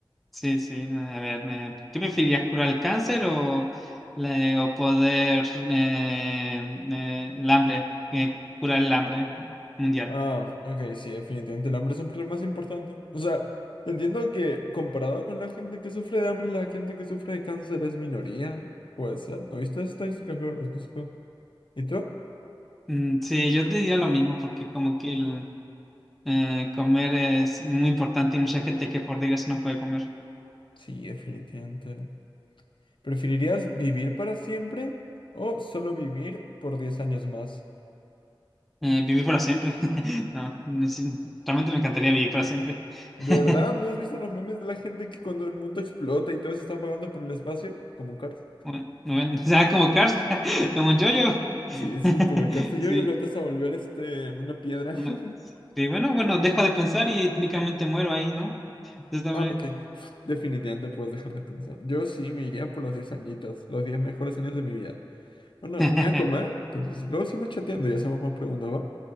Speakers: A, in the centre; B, on the left.
A: Sí, sí, a ver, eh, ¿qué preferirías, curar el cáncer o, la- o poder eh, eh, el hambre, eh, curar el hambre mundial?
B: Ah, ok, sí, definitivamente el hambre es un problema más importante. O sea, entiendo que comparado con la gente que sufre de hambre, la gente que sufre de cáncer es minoría. Puede ser. ¿No viste las estadísticas? Luego las busco. ¿Y tú?
A: Mm, sí, yo te diría lo mismo, porque como que el eh, comer es muy importante y mucha gente que por desgracia no puede comer.
B: Sí, definitivamente. ¿Preferirías vivir para siempre o solo vivir por 10 años más?
A: Eh, vivir para siempre. <laughs> No, sí, realmente me encantaría vivir para siempre.
B: ¿De
A: <laughs>
B: verdad? ¿No has visto los memes de la gente que cuando el mundo explota y todos están vagando por el espacio? ¿Como un Cars?
A: Bueno, bueno, <laughs> o sea, como Cars, <laughs> como un yoyo.
B: Sí, sí,
A: <laughs>
B: como el Cars te
A: Sí,
B: yo y lo vas a volver este, una piedra.
A: no.
B: <laughs>
A: Sí, bueno, bueno, dejo de pensar y técnicamente muero ahí, ¿no? De esta manera.
B: Ah, ok. Definitivamente puedes dejar de pensar. Yo sí me iría por los 10 añitos, los 10 mejores años de mi vida. Bueno,
A: <laughs>
B: me voy a comer, entonces luego seguimos chateando y hacemos más preguntas, ¿va?